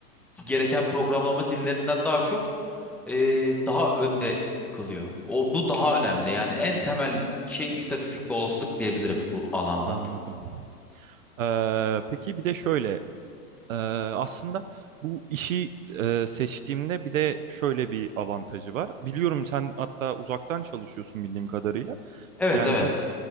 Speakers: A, in the centre; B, on the right (about 60°).
A: gereken programlama dillerinden daha çok e, daha önde kılıyor. O bu daha önemli. Yani en temel şey istatistik ve olasılık diyebilirim bu alanda.
B: Anladım. Ee, peki bir de şöyle e, aslında bu işi e, seçtiğimde bir de şöyle bir avantajı var. Biliyorum sen hatta uzaktan çalışıyorsun bildiğim kadarıyla.
A: Evet
B: Yani
A: evet.
B: bu